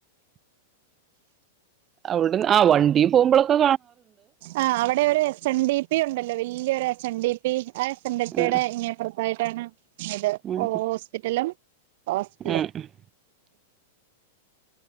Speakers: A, on the right; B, on the right.
A: അവിട്ന്ന് ആ വണ്ടീ പുമ്പോളൊക്കെ
B: ആ അവിടെ ഒരു എസ് എൻ ഡി പി ഉണ്ടല്ലോ വല്ല്യൊരു എസ് എൻ ഡി പി ആ എസ് എൻ ഡി പ്പി
A: ഏഹ്
B: ടെ ഇങ്ങെ അപ്പർത്തായിട്ടാണ് ഇത്
A: ഉം
B: ഓ ഹോസ്പിറ്റലും ഹോസ്റ്റ്ലും
A: ഉം